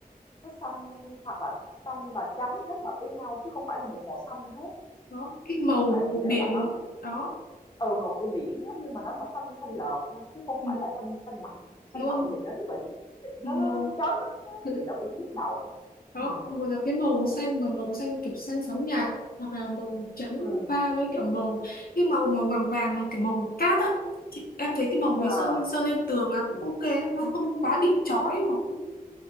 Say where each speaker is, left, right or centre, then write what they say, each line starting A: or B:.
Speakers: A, on the left (about 30°); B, on the left (about 70°).
A: nó xanh hoặc là xanh và trắng kết hợp với nhau chứ không phải là một màu xanh hết.
B: đó cái màu
A: Tại vì
B: của
A: nếu
B: biển
A: mà nó
B: đó
A: ờ màu của biển á, nhưng mà nó mà xanh xanh lợt thôi chứ không
B: ừ,
A: phải là xanh xanh đậm. Xanh
B: đúng
A: đậm
B: không
A: nhìn nó rất là nhức nó nó
B: màu
A: nó chói mắt quá
B: <laughs>
A: thì nó cũng nhức đầu lắm.
B: đó
A: Ừ.
B: một là cái màu xanh mà màu xanh kiểu xanh sóng nhạt hoặc là màu trắng
A: Ừ.
B: pha với kiểu màu cái màu màu vàng vàng mà kiểu màu cát á chị, em thấy cái màu này
A: À.
B: sơn sơn lên tường là cũng ok nó không quá bị chói mà cũng